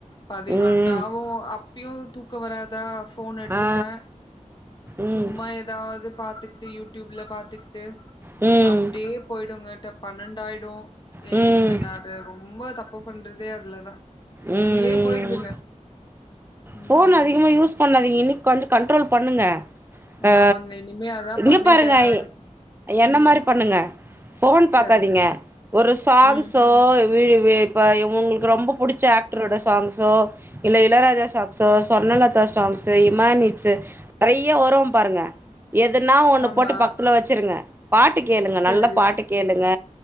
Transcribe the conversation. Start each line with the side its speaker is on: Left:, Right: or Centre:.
Left: பதினொன்
Right: ம்
Left: ஆவும் அப்புயும் தூக்கம் வராதா ஃபோன் எடுத்துப்பேன்
Right: ஆ ம்
Left: சும்மா ஏதாவ்து பாத் து யூடியூப்ல பாத் துக்கிட்டு
Right: ம்
Left: அப்டியே
Right: ம்
Left: போய்டுங்க டப் பன்னெண்டாயிடும்
Right: ம்
Left: எனக்கு நா அத ரொம்ப தப் பு பண்றதே அதுலதா ஃபோன்லயே
Right: உம் உம்
Left: போயிடுதுங்க
Right: உம்
Left: ம்
Right: ஃபோன் அதிகமா யூஸ் பண்ணாதீங்க இன்னிக் கொஞ்சோ கண்ட்ரோல் பண்ணுங்க அ
Left: ஆமாங்க இனிமே அதா
Right: இங்க
Left: பண்ணிட்டே
Right: பாருங்க
Left: நானு
Right: என்ன
Left: ம்
Right: மாரி பண்ணுங்க ஃபோன் பாக்காதீங்க
Left: சரி
Right: ஒரு சாங்ஸ்ஸோ
Left: ம்
Right: வீடுவே இப்ப உங்களுக்கு ரொம்ப புடிச் சா ஆக்டரோட சாங்ஸோ இல்ல இளயராஜா சாங்ஸோ சொர்ணலதா சாங்ஸ் இமான் இட்ஸ் நறைய் ய உறவம் பாருங்க எதுனா ஒண்ணு
Left: ஆமா
Right: போட்டு பக்கத்துல வச்சிருங்க பாட்டு கேளுங்க
Left: சரி
Right: நல்ல பாட்டு கேளுங்க